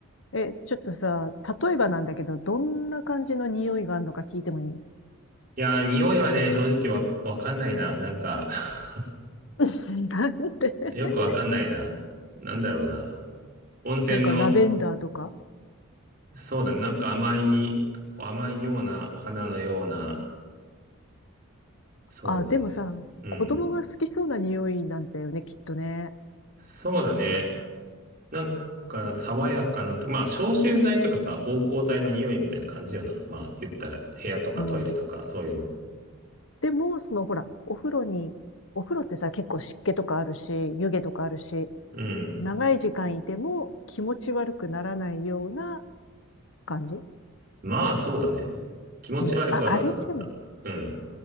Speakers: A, on the left; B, on the right.
A: え、ちょっとさ、例えばなんだけど、どんな感じの匂いがあるのか聞いてもいい
B: いやー、匂いはね、正直わ、わかんないな。なんか <laughs>
A: <laughs> なんで <laughs>
B: よくわかんないな。なんだろうな。温泉の、
A: なんかラベンダーとか。
B: そうだね、なんか甘い、甘いような、お花のような、そうだね。
A: あ、でもさ、
B: うん。
A: 子供が好きそうな匂いなんだよね、きっとね。
B: そうだね。なんか、爽やかなと、まあ、消臭剤とかさ、芳香剤の匂いみたいな感じよな。まあ、言ったら、部屋とかトイレとか、
A: うん。
B: そういうの。
A: でも、そのほら、お風呂に、お風呂ってさ、結構湿気とかあるし、湯気とかあるし、
B: うん。
A: 長い時間いても気持ち悪くならないような感じ
B: まあ、そうだね。気持ち悪くはなんなかった。
A: うん。あ、あれじゃない
B: うん。